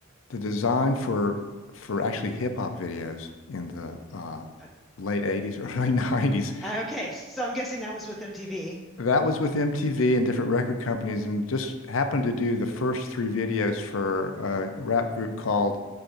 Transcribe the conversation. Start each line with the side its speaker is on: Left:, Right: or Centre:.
Left: the design for for actually hip hop videos in the uh,
Centre: Uh,
Left: late 80s, <laughs> early 90s.
Centre: uh, okay, so I'm guessing that was with MTV.
Left: That was with MTV and different record companies, and just happened to do the first three videos for a rap group called